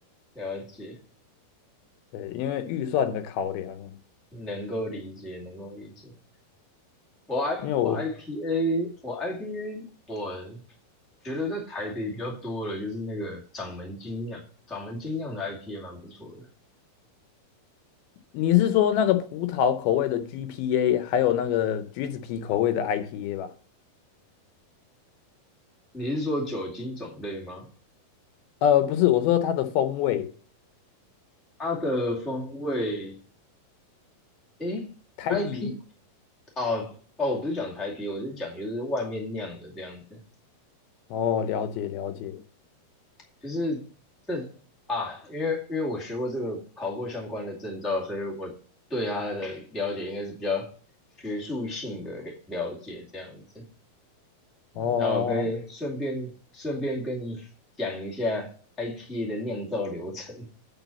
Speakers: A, in the centre; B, on the left.
A: 了解，
B: 对，因为预算的考量，
A: 能够理解，能够理解。我 I
B: 因为我
A: 我 IPA 我 IPA 我觉得在台北比较多的就是那个掌门精酿，掌门精酿的 IP 也蛮不错的。
B: 你是说那个葡萄口味的 GPA，还有那个橘子皮口味的 IPA 吧？
A: 你是说酒精种类吗？
B: 呃，不是，我说它的风味，
A: 它的风味，诶，IP
B: 台啤。
A: 哦哦，我不是讲台啤，我是讲就是外面酿的这样子，
B: 哦，了解了解。
A: 就是这啊，因为因为我学过这个，考过相关的证照，所以我对它的了解应该是比较学术性的了了解这样子。
B: 哦
A: 那我可以顺便顺便跟你讲一下 IPA 的酿造流程。